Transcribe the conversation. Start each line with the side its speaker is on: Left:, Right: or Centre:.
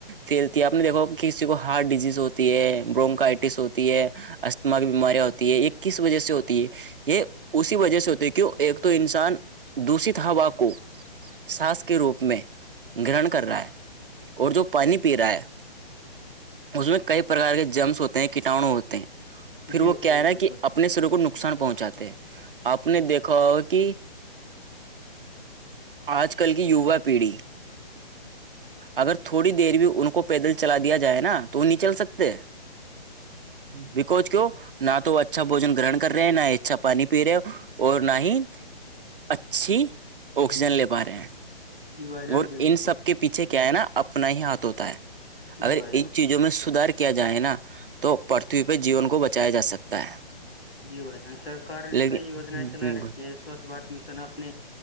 Right: تیل آپ نے دیکھو کسی کو ہارٹ ڈیزیز ہوتی ہے برونکائٹس ہوتی ہے استتھما کی بیماریاں ہوتی ہے یہ کس وجہ سے ہوتی ہے یہ اسی وجہ سے ہوتے ہے کیوں ایک تو انسان دشت ہوا کو سس کے روپ میں گرن کر رہا ہے اور جو پانی پی رہا ہے اس میں کئی پرکار کے جمس ہوتے ہیں کیٹانو ہوتے ہیں پھر
Left: جی
Right: وہ
Left: بھائی
Right: کیا
Left: جان
Right: ہے نا
Left: بالکل
Right: کہ اپنے شریر کو نقصان پہنچاتے ہیں آپ نے دیکھا ہو کہ آج کل کی یوا پیڑھی اگر تھوڑی دیر بھی ان کو پیدل چلا دیا جائے نا تو نہیں چل سکتے بیکوج کیوں نہ تو وہ اچھا بوجن گرہن کر رہے ہیں نہ ہی اچھا پانی پی رہے اور نہ ہی اچھی آکسیجن لے پا رہے ہیں
Left: جی بھائی جان
Right: اور
Left: بالکل
Right: ان سب کے پیچھے کیا ہے نا اپ اپنا ہی ہاتھ ہوتا ہے
Left: جی
Right: اگر
Left: بھائی جان
Right: ان چیزوں میں سدار کیا جائے نا تو پرتھوی پہ جیون کو بچایا جا سکتا ہے
Left: یہ ب جان سرک
Right: لیکن
Left: کئی وجنائیں چلا
Right: بالکل
Left: رہی کہو بارت مشن اپنے